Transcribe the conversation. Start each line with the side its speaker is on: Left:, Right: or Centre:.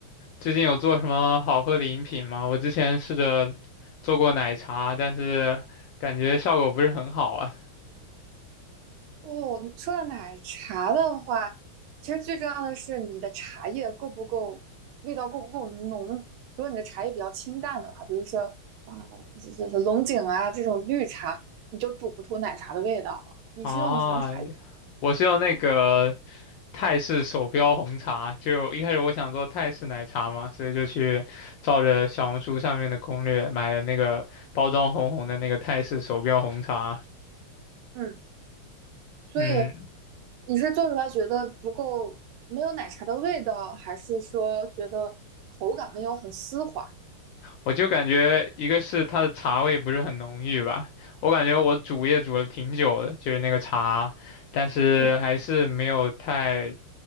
Left: 最近有做什么好喝的饮品吗？我之前试着做过奶茶，但是感觉效果不是很好啊。
Right: 哦，你说到奶茶的话，其实最重要的是你的茶叶够不够，味道够不够浓。如果你的茶叶比较清淡的话，比如说啊，就是龙井啊这种绿茶，你就煮不出奶茶的味道了。你是用的什么茶叶？
Left: 啊，我是用那个泰式手标红茶，就一开始我想做泰式奶茶嘛，所以就去照着小红书上面的攻略买了那个包装红红的那个泰式手标红茶。
Right: 嗯。所以
Left: 嗯。
Right: 你是做出来觉得不够，没有奶茶的味道，还是说觉得口感没有很丝滑？
Left: 我就感觉一个是它的茶味不是很浓郁吧，我感觉我煮也煮了挺久的，就是那个茶，但是还是没有太
Right: 嗯，